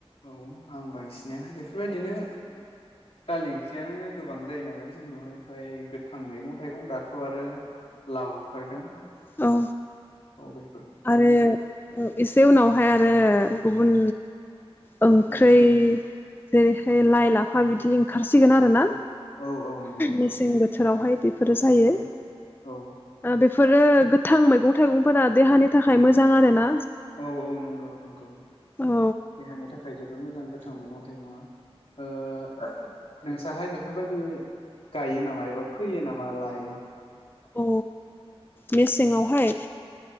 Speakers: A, on the left (about 70°); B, on the left (about 20°).
A: औ आं बांसिनाहाय बेफोरबायदिनो दालि ओंख्रियानो गोबां जायो नालाय जोंनियावहाय ओमफ्राय गोथां मैगं थाइगं दाथ आरो लाव ओंखारदों
B: औ
A: अबे
B: आरो एसे उनावहाय आरो गुबुन। ओंख्रै
A: औ
B: जेरैहाय लाइ लाफा बिदि। ओंखारसिगोन आरोना
A: औ औ औ नंगौ नंगौ
B: मेसें बोथोरावहाय बेफोरो जायो।
A: औ औ
B: बेफोरो गोथां मैगं थाइगंफोरा देहानि। थाखाय मोजां आरो ना?
A: औ औ नंगौ नंगौ
B: औ
A: देहानि थाखाय जोबोर मोजां गोथां मैगं थाइगङा ओ नोंसाहाय बेफोरबायदि गायो नामा एबा फैयो नामा लाय
B: औ मेसेंआवहाय